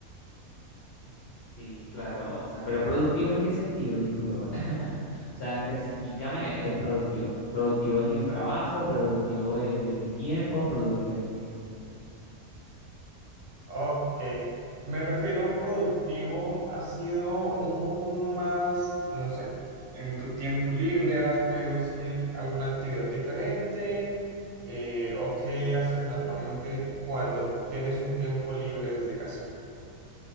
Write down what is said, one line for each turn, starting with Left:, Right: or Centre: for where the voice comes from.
Left: Sí, claro, o sea, pero productivo en qué sentido, discúlpame. <laughs> O sea, especificame eh, productivo. Productivo en el trabajo, productivo eh, de mi tiempo, productivo en qué.
Right: Ok, me refiero productivo, ha sido un poco más, no sé, en tu tiempo libre, ¿has podido hacer alguna actividad diferente? Eh, ¿o qué haces normalmente cuando tienes un tiempo libre desde casa?